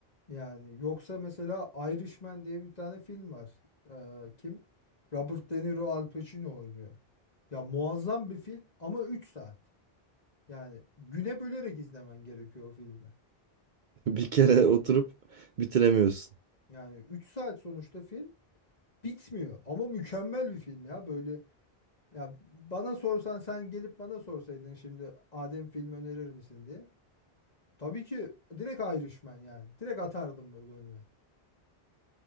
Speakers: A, on the left; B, on the right.
A: yani yoksa mesela Irishman diye bir tane film var. Ee, kim? Robert De Niro, Al Pacino oynuyor. Ya muazzam bir film ama 3 saat. Yani güne bölerek izlemen gerekiyor o filmi.
B: <laughs> Bir kere oturup bitiremiyorsun.
A: Yani 3 saat sonuçta film bitmiyor ama mükemmel bir film ya. Böyle Ya bana sorsan sen gelip bana sorsaydın şimdi Adem film önerir misin diye. Tabii ki direkt Irishman yani. Direkt atardım böyle önüne.